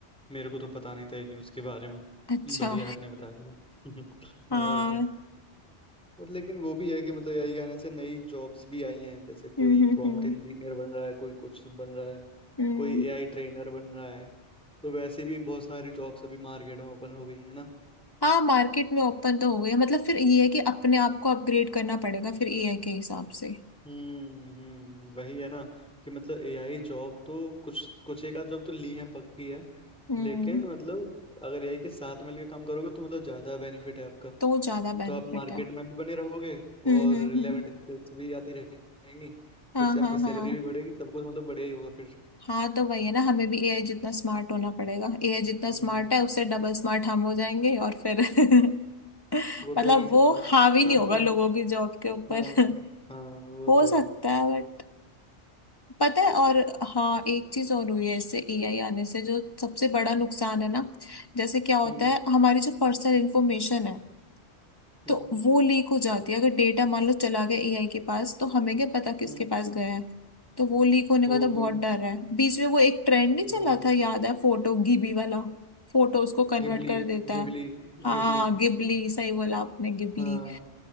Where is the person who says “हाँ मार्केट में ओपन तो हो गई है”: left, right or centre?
Left